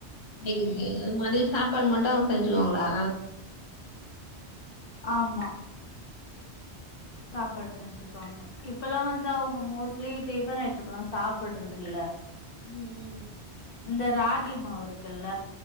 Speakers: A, on the left; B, on the left.
A: கேக்குது கேக்குது அது மதிய சாப்பாடு மட்டு அவ்ங்க செஞ்சுக்குவாங்களா
B: ஆமா சாப்பாடு செஞ்சுப்பாங்க இப்பலா வந்து அவ்ங்க மோஸ்ட் லி டிஃபன் ஐட்டம்லா சாப்புட்றதில்ல
A: சும்மா
B: இந்த ராகிமாவு இருக்குல்ல